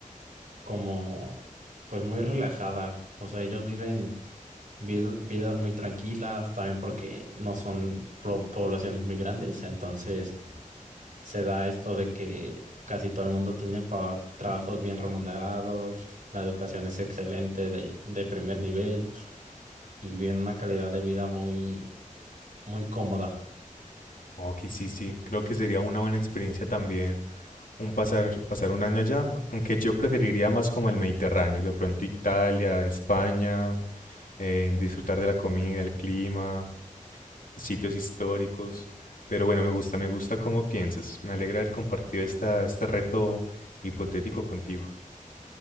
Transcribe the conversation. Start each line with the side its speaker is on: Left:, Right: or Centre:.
Right: como, pues muy relajada. O sea, ellos viven vid- vidas muy tranquilas, también porque no son pro- poblaciones muy grandes, entonces se da esto de que casi todo el mundo tiene pa- trabajos bien remunerados, la educación es excelente, de, de primer nivel, y viven una calidad de vida muy, muy cómoda.
Left: Ok, sí, sí. Creo que sería una buena experiencia también un pasar, pasar un año allá, aunque yo preferiría más como el Mediterráneo, de pronto Italia, España, eh, disfrutar de la comida, el clima, sitios históricos. Pero bueno, me gusta, me gusta cómo piensas. Me alegra haber compartido esta, este reto hipotético contigo.